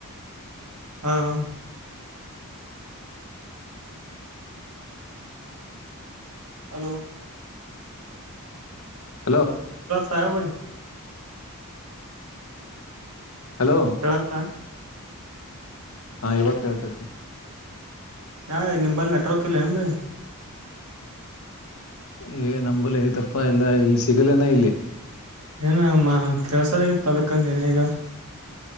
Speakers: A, on the right; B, on the left.
A: ಹ್ಮ ಹ್ಮ ಹಲೋ
B: ಹಲೋ
A: ಸಹಬಿ
B: ಹಲೋ
A: ಕೆೇಳಪ್ಪ
B: ಹಾ ಇವಾಗ ಕೇಳ್ತತಿ
A: ಯಾ ನಿಮಲ್ಲಿ ನೆಟ್ವರ್ಕ್ ಇಲ್ಲ ಹೆಂಬಿ
B: ಏ ನಂಬಲ್ ಐತಪ್ಪಾ ಇಲ್ಲ ಇಲ್ಲಿ ಸಿಗಲೇನ ಇಲ್ಲಿ
A: ಏನ ಮಾ ಕೆಲ್ಸರ ಇತ್ತು ಅದಕಂದ ಏನ ಈಗ